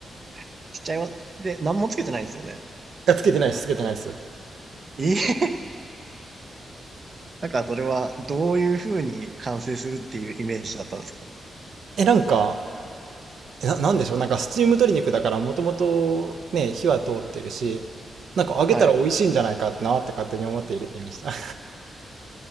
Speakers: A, on the right; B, on the right.
A: <laughs> しちゃいます。で、何もつけてないんですよね。
B: や、つけてないです、つけてないです。
A: ええなんかそれは、どういうふうに完成するっていうイメージだったんですか
B: え、なんか、えな、なんでしょう、なんかスチーム鶏肉だからもともとね、火は通ってるし、なんか揚げたら美味しいんじゃないかなって勝手に思って入れてみました。
A: はい。